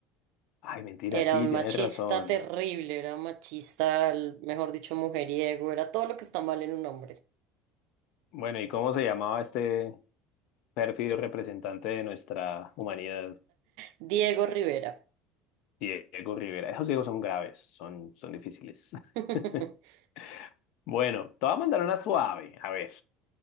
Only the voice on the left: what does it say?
Ay, mentira,
sí,
tienes
razón.
Bueno, ¿y cómo se llamaba este pérfido representante de nuestra humanidad?
Diego Rivera. Esos ciegos son graves, son, son difíciles.
<laughs> Bueno, te voy a mandar una suave. A ver.